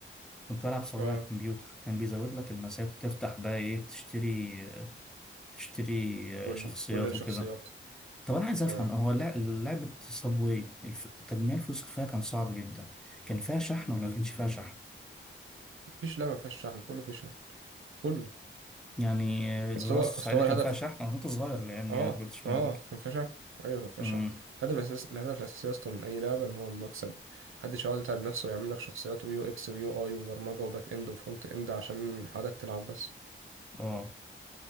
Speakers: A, in the centre; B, on the right (about 75°).
A: كنت بلعب سابواي
B: اه
A: على الكمبيوتر كان بيزود لك المسات وتفتح بقى ايه تشتري تشتري
B: كل
A: آه، شخصيات
B: كل الشخصيات
A: وكده طب انا عايز افهم
B: اه
A: هو لع- لعبه صابواي الف... تجميع الفلوس اللي فيها كان صعب جدا كان فيها شحن ولا ما كانش فيها شحن
B: مفيش لعبة ما فيهاش شحن كله فيه شحن كله
A: يعني آه، الزراعه
B: أصل هو
A: السعيده
B: أصل هو
A: كان
B: الهدف
A: فيها شحن انا كنت صغير الايام
B: اه
A: دي انا ما كنتش
B: اه
A: مدرك
B: كان فيها شحن ايوه كان فيها
A: امم
B: شحن الهدف الاساسي الهدف الاساسي اصلا من اي لعبه ان هو المكسب محدش يقعد يتعب نفسه ويعمل لك شخصيات ويو اكس ويو اي وبرمجه وباك اند وفرونت اند عشان حضرتك تلعب بس
A: اه